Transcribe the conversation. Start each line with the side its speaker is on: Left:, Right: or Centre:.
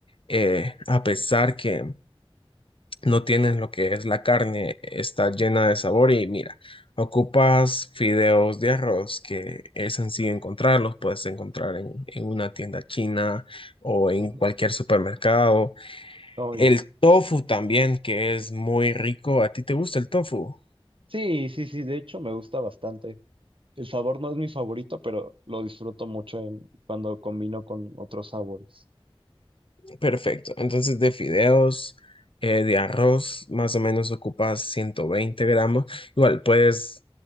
Left: eh, a pesar que no tienes lo que es la carne, está llena de sabor y mira, ocupas fideos de arroz, que es sencillo encontrarlos, puedes encontrar en, en una tienda china o en
Right: Ujú.
Left: cualquier supermercado.
Right: Oh,
Left: El
Right: ya.
Left: tofu también, que es muy rico. ¿A ti te gusta el tofu?
Right: Sí, sí, sí, de hecho me gusta bastante. El sabor no es mi favorito, pero lo disfruto mucho en, cuando combino con otros sabores.
Left: Perfecto. Entonces, de fideos, eh, de arroz, más o menos ocupas 120 gramos. Igual puedes,